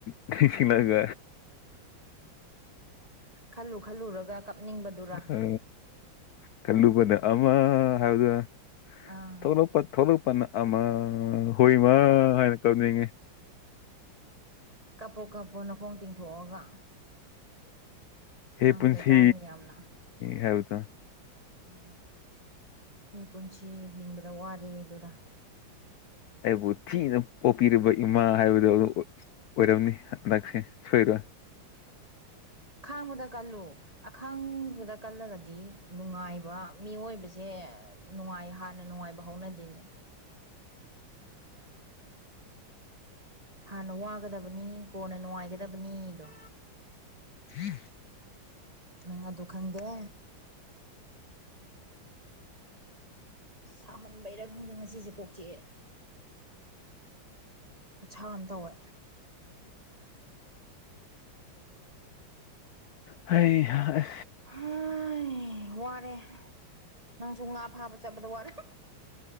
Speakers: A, on the left (about 80°); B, on the right (about 25°).
A: <unintelligible>
B: ꯈꯜꯂꯨ ꯈꯜꯂꯨꯔꯒ ꯀꯞꯅꯤꯡꯕꯗꯨꯔꯥ
A: ꯎ ꯈꯜꯂꯨꯕꯅ ꯑꯃ ꯍꯥꯏꯕꯗꯨ
B: ꯑꯥ
A: ꯊꯣꯂꯄ ꯊꯣꯂꯄꯟꯅ ꯑꯃ ꯑ ꯍꯣꯏ ꯏꯃ ꯍꯥꯏꯔ ꯀꯞꯅꯤꯡꯉꯤ
B: ꯀꯞꯄꯣ ꯀꯞꯄꯣ ꯅꯈꯣꯡ ꯇꯤꯡꯊꯣꯛꯑꯒ
A: ꯍ‌ꯦ
B: ꯅꯪ
A: ꯄꯨꯟꯁꯤ
B: ꯂꯩꯀꯥꯏ ꯃꯌꯥꯝꯅ
A: ꯍꯥꯏꯕꯗ‌ꯣ
B: ꯎꯝ ꯍꯦ ꯄꯨꯟꯁꯤ ꯍꯤꯡꯕꯗ ꯋꯥꯔꯦꯗꯨꯔꯥ
A: ꯑꯩꯕꯨ ꯊꯤꯅ ꯄꯣꯛꯄꯤꯔꯤꯕ ꯏꯃꯥ ꯍꯥꯏꯕꯗꯣ ꯑꯗꯨ ꯑꯣꯏꯔꯝꯅꯤ ꯍꯟꯗꯛꯁꯦ ꯁꯣꯏꯔꯣꯏ ꯎ
B: <inaudible> ꯈꯥꯡꯕꯗ ꯀꯜꯂꯨ ꯑꯈꯥꯡꯕꯗ ꯀꯜꯂꯒꯗꯤ ꯅꯨꯡꯉꯥꯏꯕ ꯃꯤꯑꯣꯏꯕꯁꯤ ꯁꯦ ꯅꯨꯡꯉꯥꯏ ꯍꯥꯟꯅ ꯅꯨꯡꯉꯥꯏꯕ ꯍꯧꯎꯅꯗꯦꯅꯦ ꯍꯥꯟꯅ ꯋꯥꯒꯗꯕꯅꯤ ꯀꯣꯟꯅ ꯅꯨꯡꯉꯥꯏꯒꯗꯕꯅꯤꯗꯣ
A: <inaudible>
B: ꯅꯪ ꯑꯗꯨ ꯈꯪꯗꯦ ꯑ ꯁꯥꯃꯟꯕꯩꯔꯥ ꯈꯪꯗꯦ ꯉꯁꯤꯁꯦ ꯀꯣꯛ ꯆꯤꯛꯑꯦ ꯈꯨꯠꯁꯥ ꯑꯃ ꯇꯧꯋꯦ
A: ꯍꯩ ꯑꯍ
B: ꯍꯥꯏ ꯋꯥꯔꯦ ꯅꯪꯁꯨ ꯉꯥ ꯐꯥꯕ ꯆꯠꯄꯗ ꯋꯥꯔꯝ